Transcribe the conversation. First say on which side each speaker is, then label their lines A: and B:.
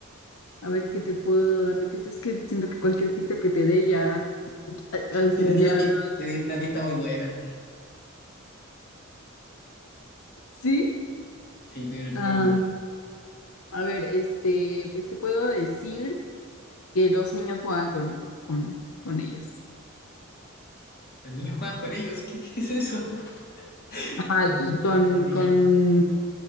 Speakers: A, on the left; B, on the left.
A: a ver qué te puedo dar de pistas. Es que siento que cualquier pista que te dé ya, o sea,
B: Yo te di
A: ya
B: una pista,
A: la
B: te di una pista muy buena.
A: Sí,
B: Sí, te di una pista
A: ah,
B: muy buena.
A: a ver, este, pues te puedo decir que los niños juegan con, con, con ellos.
B: Los niños juegan con ellos. <laughs> ¿Qué, qué es eso? <laughs>
A: Ajá,
B: Los niños juegan
A: con,
B: con
A: con,
B: ellos.